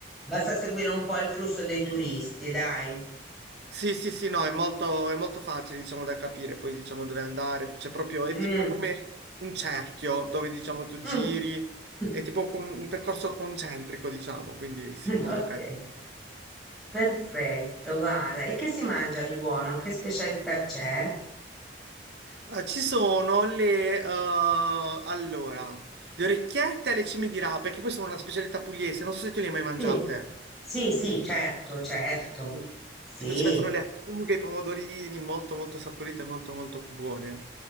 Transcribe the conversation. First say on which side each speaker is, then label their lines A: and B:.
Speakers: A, in the centre; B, on the right (about 65°).
A: Basta seguire un po' il flusso dei turisti, dai.
B: Sì, sì, sì, no, è molto, è molto facile, diciamo, da capire, poi diciamo dove andare, c'è proprio, è
A: Mm,
B: tipo come un cerchio dove, diciamo, tu giri,
A: mm. <laughs>
B: è tipo con- un percorso concentrico, diciamo, quindi sì, è molto
A: Ok,
B: carino.
A: perfetto, guarda. E che si mangia di buono? Che specialità c'è?
B: Ah, ci sono le, eh, allora, le orecchiette alle cime di rape, che poi sono una specialità pugliese, non so se tu le hai mai mangiate.
A: Sì, sì, sì, certo, certo.
B: Sì.
A: Sì.
B: Tipo ci mettono le acciughe, i pomodorini, molto molto saporite, molto molto buone.